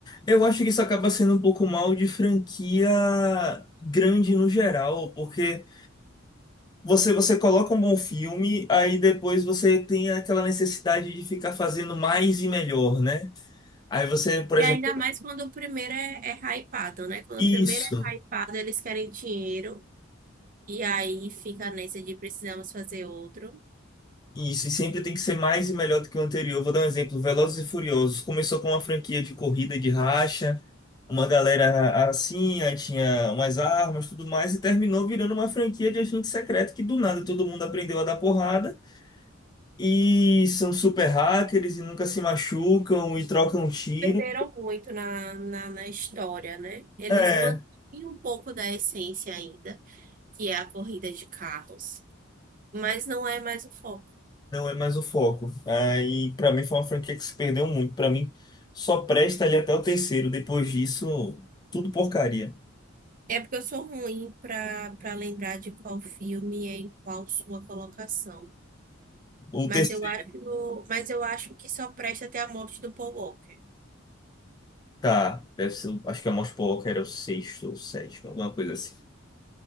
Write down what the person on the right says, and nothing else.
E
ainda mais quando o primeiro é, é hypado, né? Quando
o primeiro é hypado, eles querem dinheiro. E aí fica nessa de precisamos fazer outro.
perderam muito na, na, na história, né? Eles
mantêm um pouco da essência ainda, que é a corrida de carros, mas não é mais o foco.
É porque eu sou ruim para para lembrar de qual filme é em qual sua colocação.
Mas
eu acho, mas eu acho que só presta até a morte do Paul Walker.